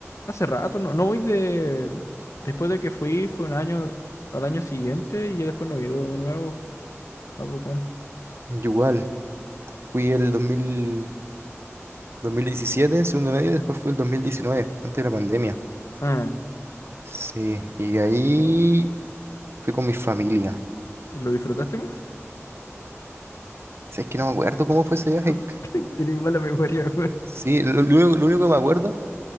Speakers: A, on the left; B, on the right.
A: Hace rato, no, no voy de... Después de que fui, fue un año al año siguiente y ya después no he ido de nuevo a Bocón.
B: Yo igual. Fui el 2000, 2017, segundo medio, y después fui el 2019, antes de la pandemia.
A: Ah,
B: Sí, y ahí fui con mi familia.
A: ¿y lo disfrutaste más?
B: O sea, es que no me acuerdo cómo fue ese
A: <laughs>
B: viaje.
A: Tenés mala memoria, weón.
B: Sí, lo, lo único lo único que me acuerdo